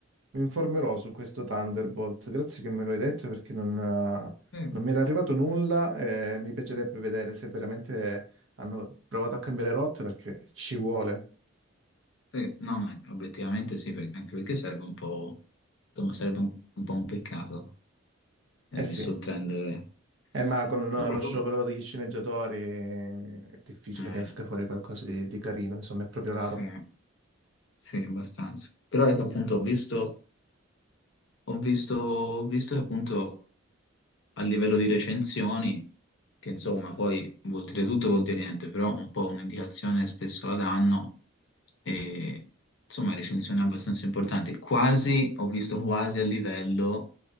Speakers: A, on the right (about 60°); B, on the left (about 60°).
A: mi informerò su questo Thunderbolt. Grazie che me lo hai detto perché non, eh,
B: Eh,
A: non mi era arrivato nulla e mi piacerebbe vedere se veramente hanno provato a cambiare rotta perché ci vuole.
B: sì, no, no, obiettivamente sì, perché- anche perché sarebbe un po', insomma, sarebbe un, un po' un peccato, eh,
A: Eh
B: visto
A: sì,
B: il trend. eh,
A: eh, ma con lo
B: Proprio-
A: sciopero degli sceneggiatori è difficile
B: eh,
A: che esca fuori qualcosa di, di carino, insomma è proprio
B: sì.
A: raro.
B: Sì, abbastanza. Però ecco, appunto ho visto, ho visto, ho visto che appunto a livello di recensioni, che insomma poi vuol dire tutto, vuol dire niente, però un po' un'indicazione spesso la danno, e insomma recensioni abbastanza importanti, quasi, ho visto quasi a livello